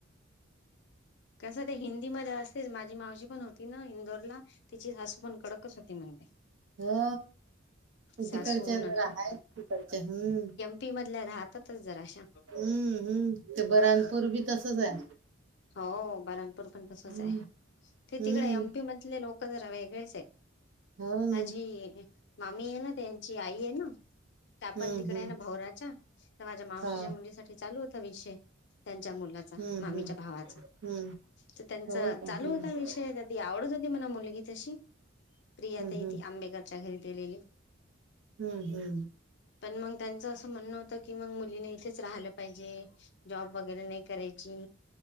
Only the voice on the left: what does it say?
कसं ते हिंदीमध्ये असतेच माझी मावशी पण होती ना इंदौरला तिची सासू पण कडकच होती म्हणते
सासू
सीटी मधल्या राहतातच जरा अशा
हो बराणपूर पण तसच
आहे ते
तिकडे ले लोक जरा वेगळेच आहे
माझी
मामी आहे ना त्यांची आई आहे ना ते आपण
तिकड
आहे ना भवराच्या तर माझ्या मावशीच्या
मुलीसाठी चालू होता विषय त्यांच्या मुलाचा
मम्मीच्या
भावाचा
त्यां
चालू होता विषय
ती आवडत होती मला मुलगी तशी प्रियाताई
ती आंबेकरच्या घरी दिलेली
पण मग त्यांचं असं म्हणणं होतं की मग मुलीने इथेच राहालं पाहिजे जॉब वगैरे नाही करायची